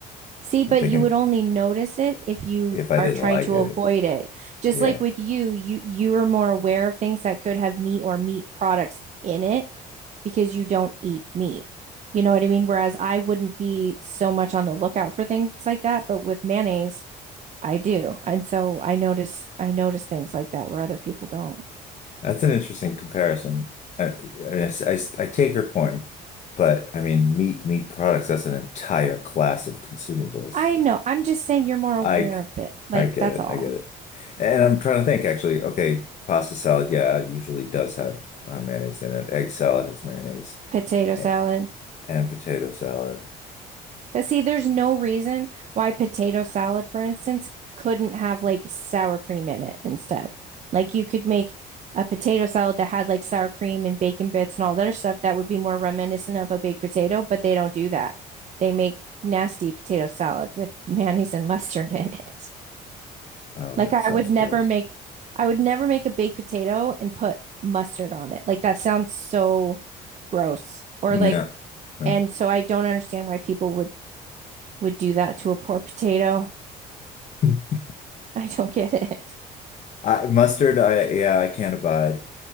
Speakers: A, on the right; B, on the left.
A: See, but
B: I'm thinking
A: you would only notice it if you
B: if I
A: are
B: didn't
A: trying
B: like
A: to
B: it.
A: avoid it. Just
B: Yeah.
A: like with you, you you are more aware of things that could have meat or meat products in it because you don't eat meat. You know what I mean? Whereas I wouldn't be so much on the lookout for things like that, but with mayonnaise, I do. And so I notice I notice things like that where other people don't.
B: That's an interesting comparison. I I I- I take your point, but I mean, meat meat products, that's an entire class of consumables.
A: I know. I'm just saying you're more aware
B: I
A: of it. Like
B: I get
A: that's
B: it.
A: all.
B: I get it. And I'm trying to think actually, okay, pasta salad, yeah, it usually does have uh, mayonnaise in it. Egg salad has mayonnaise
A: Potato salad.
B: and, and potato salad.
A: But see, there's no reason why potato salad, for instance, couldn't have like sour cream in it instead. Like you could make a potato salad that had like sour cream and bacon bits and all that other stuff that would be more reminiscent of a baked potato, but they don't do that. They make nasty potato salad with <laughs> mayonnaise and mustard in it.
B: Oh,
A: Like
B: that
A: I
B: sounds
A: would never
B: good.
A: make I would never make a baked potato and put mustard on it. Like that sounds so gross. Or
B: No.
A: like
B: No.
A: and so I don't understand why people would would do that to a poor potato.
B: <laughs>
A: <laughs> I don't get it.
B: I, mustard, I yeah, I can't abide.